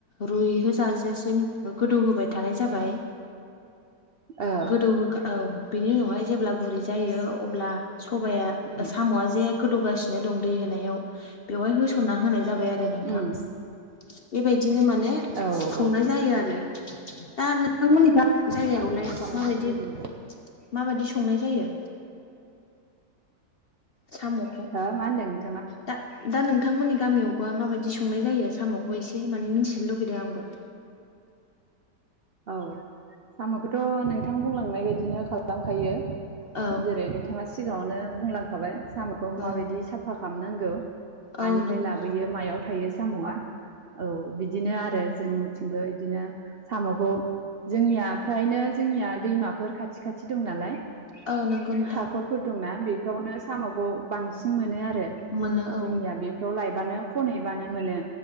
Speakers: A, on the left; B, on the right.
A: रुइहो जाजासिम गोदौ होबाय थानाय जाबाय
B: ओ
A: गोदौ होखा औ बिनि उनावहाय जेब्ला गुरै जायो अब्ला सबाया
B: उम
A: साम'आ जे गोदौगासिनो दं दै होनायाव बेवहाय होसनना होनाय जाबाय आरो नोंथां
B: उम
A: बेबायदिनो मा संनाय
B: औ औ
A: जायो आरो दा नोंथांमोननिबा जायगायावलाय
B: सा साम'जों
A: माबायदि
B: सबायजों
A: माबायदि संनाय जायो? साम'खौ
B: हो मानदों?
A: दा दा नोंथांमोननि गामियावबो माबायदि संनाय जायो साम' खौ एसे माने मिन्थिनो लुगैदों आंबो।
B: औ साम'खौथ' नोंथां बुंलांनाय बायदिनो खालामखायो।
A: औ
B: जेरै नोंथाङा सिगाङावनो बुंलांखाबाय साम'खौ
A: औ
B: माबायदि साफा खालामनांगौ। मानिफ्राय
A: औ नंगौ
B: लाबोयो मायाव थायो साम'आ। औ बिदिनो आरो जोंथिंबो बिदिनो साम' खौ जोंनिया फ्रायनो जोंनिया दैमाफोर खाथि खाथि दं नालाय।
A: औ नंगौ नोंथां
B: हाखरफोर दंना बेफोरावनो साम'खौ बांसिन मोनो आरो।
A: मोनो औ
B: जोंनिया बेफोराव लायबानो खनहैबानो मोनो।